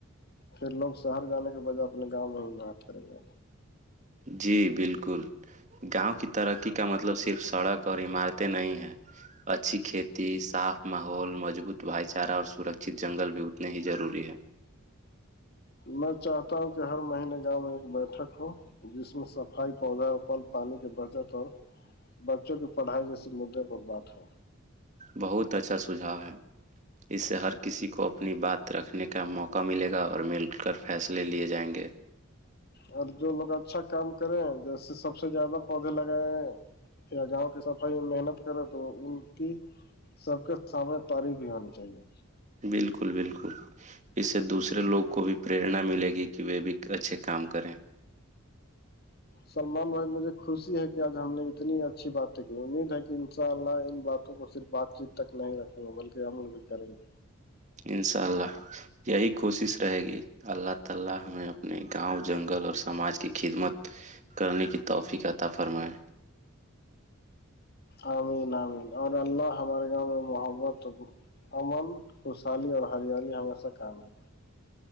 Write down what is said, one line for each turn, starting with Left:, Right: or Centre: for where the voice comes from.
Left: پھر لوگ شہر جانے کے بجہ اپنے گاں میںات کریں گے
Right: جی بالکل گاؤں کی ترقی کا مطلب صرف سڑک اور عمارتیں نہیں ہیں اچھی کھیتی صاف ماحول مضبوط بھائی چارہ اور سرکت جنگل بھی اتنے ہی ضروری ہے
Left: میں چاہتا ہوں کہ ہر مہینے گاؤں میں ایک بیٹھک ہو جس میں صفائی پودا پل پانی کی بچت اور بچوں کی پڑھائی جیسے مدعے پر بات ہو
Right: بہت اچھا سجھاؤ ہے اس سے ہر کسی کو اپنی بات رکھنے کا موقع ملے گا اور مل کر فیصلے لیے جائیں گے
Left: اور جو لوگ اچھا کام کریں جیسے سب سے زیادہ پودے لگائے یا گاؤں کی صفائی میں محنت کرے تو ان کی سب کے سامنے تاریف بھی ہونی چاہیے
Right: بالکل بالکل اس سے دوسرے لوگ کو بھی پریرنا ملے گی کہ وہ بھی اچھے کام کریں
Left: سلمان بھائی مجھے خوشی ہے کہ آج ہم نے اتنی اچھی باتیں کی امید ہے کہ ان شاء اللہ ان بات کو صرف بات چیت تک نہیں رکھوں گا بلکہ عمل بھی کریں گے
Right: ان شاء اللہ یہی کوشش رہے گی اللہ تعالی ہمیں اپنے گاؤں جنگل اور سماج کی خدمت کرنے کی توفی کا عطا فرمائے
Left: عمین عمین اور اللہ ہمارے گاؤں میں محبت امن خوشحالی اور ہریالی ہمیشہ قائم رہکھتی ہے